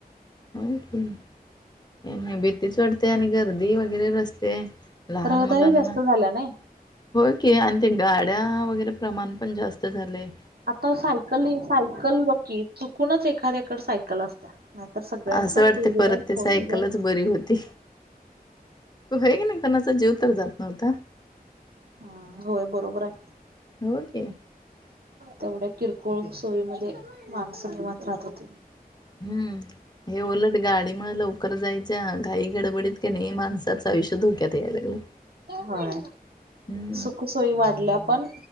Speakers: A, on the left; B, on the right.
A: होय कि नाही भीतीच वाटते. आणि गर्दी वगैरे रस्ते लहान
B: रहदारी
A: मुलांना
B: जास्त झाल्या नाही.
A: होय की आणि ते गाड्या वगैरे प्रमाण पण जास्त झालय.
B: आता सायकल हि सायकल बकी चुकूनच एखाद्याकडे सायकल असत्या नाहीतर सगळ्यांकड
A: असं वाटतय
B: टू व्हीलर
A: परत ते
B: फोर
A: सायकलच
B: व्हीलर
A: बरी होती. वय ना कोणाचा जीव तर जात नव्हता.
B: हा होय बरोबर आहे.
A: होे की
B: तेवढ्या किरकोळ सोयीमध्ये माणस निंवात राहत होते.
A: हम्म हे उलट गाडीमुळे लवकर जायच, घाई गडबडीत कि नाही. माणसाचं आयुष्य धोक्यात यायला लागलंय.
B: होय
A: हम्म.
B: सुखसोयी वाढल्या पण